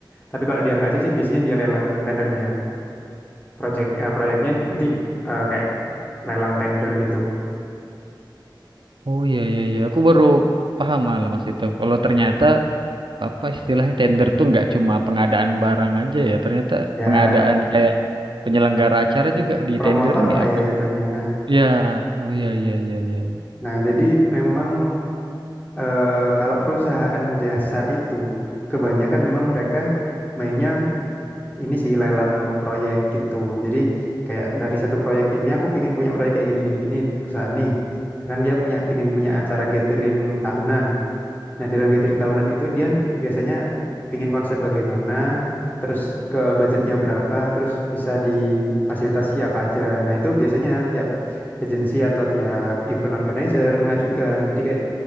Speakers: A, on the left (about 20°); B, on the right (about 70°).
A: Tapi kalau dia nggak ACC, biasanya dia lelang tendernya. Project eh, proyeknya nanti eh, kayak lelang tender gitu.
B: Oh iya iya iya, aku baru paham malah mas itu. Kalau ternyata apa istilahnya tender tuh nggak cuma pengadaan barang aja ya, ternyata
A: Ya,
B: pengadaan kayak penyelenggara acara juga ditenderin
A: promotor lah
B: ya.
A: ya jatuhnya.
B: Ya, oh iya iya iya iya. iya.
A: Nah, jadi memang eh, kalau perusahaan jasa itu kebanyakan memang mereka mainnya ini sih lelang proyek gitu. Jadi kayak dari satu proyek ini aku pingin punya proyek kayak gini gini gini perusahaan nih. Misalkan dia punya pingin punya acara gathering tahunan. Nah, dalam gathering tahunan itu dia biasanya pingin konsep bagaimana, terus ke budgetnya berapa, terus bisa difasilitasi apa aja. Nah, itu biasanya tiap agensi atau tiap event organizer mengajukan. Jadi kayak